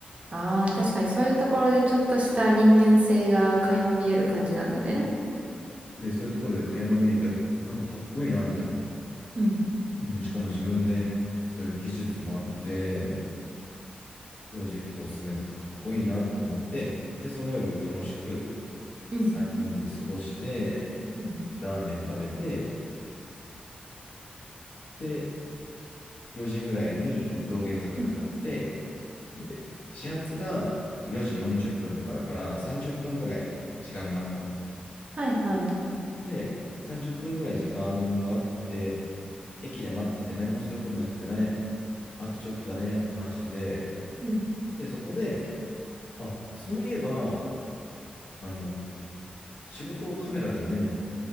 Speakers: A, on the right; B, on the left.
A: ああ、確かにそういうところでちょっとした人間性が垣間見える感じなんだね。
B: で、そういうところで垣間見えて、あなんかかっこいいなみたいな。
A: うん、
B: うん、しかも自分でそういう技術もあって、プロジェクトを進めててかっこいいなと思って、で、その夜楽しく
A: うん、
B: 3人で過ごして、
A: うん。
B: ラーメン食べて、で、4時ぐらいに道玄坂下って、
A: うん、
B: で、始発が4時40分とかだから30分ぐらい時間があったの。
A: はいはい。
B: で、30分ぐらい時間があって、駅で待ってて何もすることなくてね、あとちょっとだねとか話してて、
A: うん。
B: で、そこで、あ、そういえば、あの、仕事カメラだよね、みたいな。